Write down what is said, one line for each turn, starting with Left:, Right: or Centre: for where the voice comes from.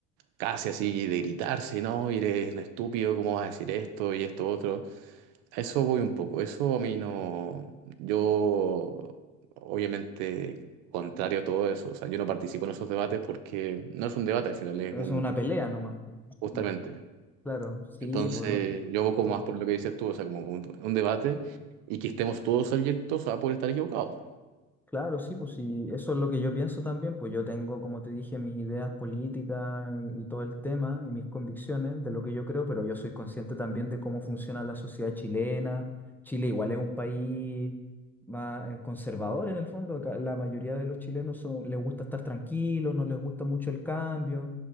Right: casi así de gritarse, ¿no? Y eres un estúpido, ¿cómo vas a decir esto y esto otro? A eso voy un poco. Eso a mí no. Yo, obviamente, contrario a todo eso. O sea, yo no participo en esos debates porque no es un debate al final, es
Centre: Es
Right: un.
Centre: una pelea nomás. pues.
Right: Justamente.
Centre: Una- claro, sí,
Right: Entonces,
Centre: pues no,
Right: yo abogo
Centre: to-
Right: más por lo que dices tú, o sea, como un, un debate y que estemos todos abiertos a poder estar equivocados.
Centre: Claro, sí, pues sí, eso es lo que yo pienso también, pues yo tengo, como te dije, mis ideas políticas y todo el tema y mis convicciones de lo que yo creo, pero yo soy consciente también de cómo funciona la sociedad chilena. Chile igual es un país más eh, conservador en el fondo, acá la mayoría de los chilenos son- les gusta estar tranquilos, no les gusta mucho el cambio,